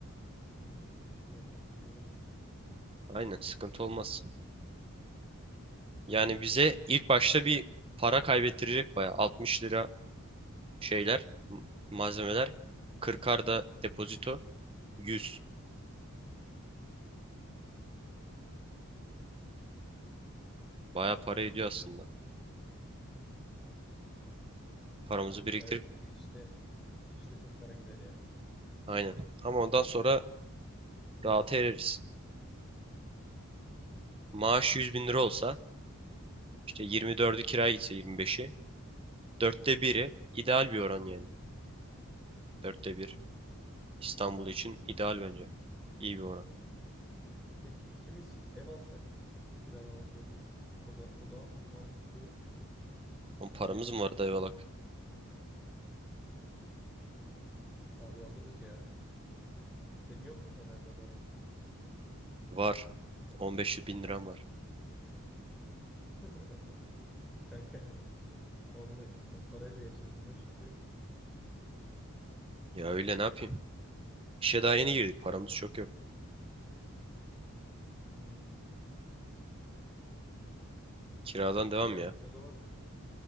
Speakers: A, in the centre; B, on the right.
A: yirmi günlük bir şey yaparsın gelirsin.
B: Aynen sıkıntı olmaz. Yani bize ilk başta bir para kaybettirecek bayağı. altmış lira şeyler, m- malzemeler. 40'ar da depozito. yüz Bayağı para ediyor aslında. Paramızı biriktirip
A: Evet ilk girişte ilk girişte çok para gider ya.
B: aynen. Ama ondan sonra rahata ereriz. Maaş 100 bin lira olsa işte 24'ü kiraya gitse 25'i. Dörtte biri ideal bir oran yani. Dörtte bir. İstanbul için ideal bence. İyi bir oran.
A: Peki ikimiz ev alsak kiralamak yerine o da o daha mı mantıklı
B: On paramız
A: diye düşünüyorum
B: mı var dayıvalak?
A: da. Abi alırız ya. Senin yok mu kenarda paran?
B: Var. 15 bin liram var.
A: <laughs> Kanka onunla, o parayla yaşadığına şükret.
B: Ya öyle ne yapayım? İşe daha yeni girdik. Paramız çok yok.
A: Hmm,
B: Kiradan devam
A: Yani
B: ya.
A: o zaman